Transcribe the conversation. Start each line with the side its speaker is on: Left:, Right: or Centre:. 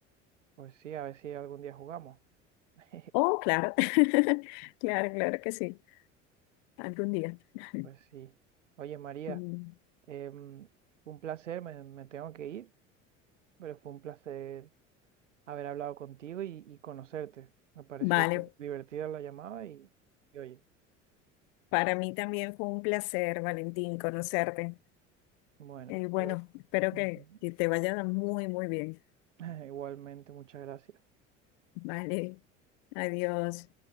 Right: pues sí, a ver si algún día jugamos. <laughs>
Left: Oh, claro, <laughs> claro, claro que sí, algún día. <laughs>
Right: Pues sí. Oye, María,
Left: Mm,
Right: em, un placer, me, me tengo que ir, pero fue un placer haber hablado contigo y, y conocerte. Me pareció
Left: Vale,
Right: súper divertida la llamada y, y oye.
Left: para mí también fue un placer, Valentín, conocerte.
Right: Bueno,
Left: Eh, bueno,
Right: pero
Left: espero
Right: ujú,
Left: que, que te vaya muy, muy bien.
Right: <laughs> igualmente, muchas gracias.
Left: Vale, adiós.